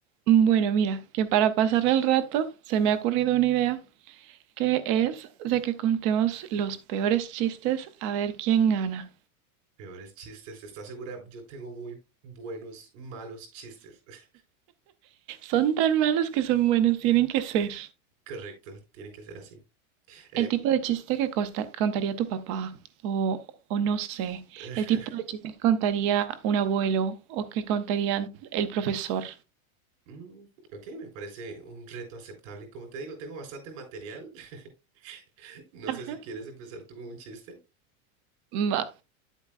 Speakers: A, on the right; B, on the right.
A: Bueno, mira, que para pasar el rato se me ha ocurrido una idea, que es de que contemos los peores chistes a ver quién gana.
B: Peores chistes, ¿estás segura? Yo tengo muy buenos, malos chistes. <laughs>
A: Son tan malos que son buenos, tienen que ser.
B: Correcto, tiene que ser así. Eh,
A: El tipo de chiste que costa- contaría tu papá, o, o no sé,
B: <sighs>
A: el tipo de chiste que contaría un abuelo, o que contaría el profesor.
B: mm, ok, me parece un reto aceptable. Como te digo, tengo bastante material. <laughs> No
A: Ajá.
B: sé si quieres empezar tú con un chiste.
A: Ma-